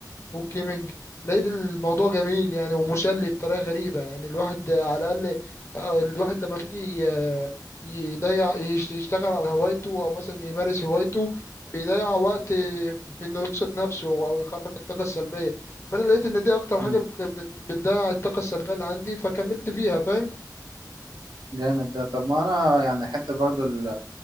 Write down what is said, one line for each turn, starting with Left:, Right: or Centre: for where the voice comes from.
Left: والجيمنج لقيت الموضوع جميل يعني ومسلي بطريقة غريبة يعني الواحد على الأقل آه، الواحد لما بيجي آه، يضيع يش- يشتغل على هوايته أو مثلا يمارس هوايته بيضيع وقت في إنه يبسط نفسه أو يخرج الطاقة السلبية فأنا لقيت إن دي أكتر
Right: مم.
Left: حاجة بت- بت- بتضيع الطاقة السلبية اللي عندي فكملت فيها فاهم
Right: جامد ده طب ما انا يعني حتى برضو ال